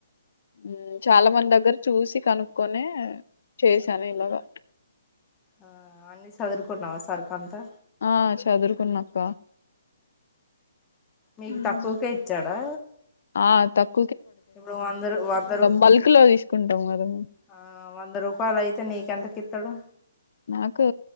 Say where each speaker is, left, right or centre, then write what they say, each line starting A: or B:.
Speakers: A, on the left; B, on the left.
A: ఉ చాలా మంది దగ్గర చూసి కాన్కోనే చేసాను ఇలాగా
B: ఆ అన్ని సదురుకున్నావా సరుకు అంతా
A: ఆ చదురుకున్నాక్క
B: మీకు
A: హ్మ్
B: తక్కువకే ఇచ్చాడా
A: ఆ తక్
B: ఇప్పుడు వందరు వందరు
A: బల్క్
B: ఓ
A: లో తీసుకుంటాం కదా మేము
B: ఆ వంద రూపాయలు అయితే నీకెంతకితడు
A: నాకు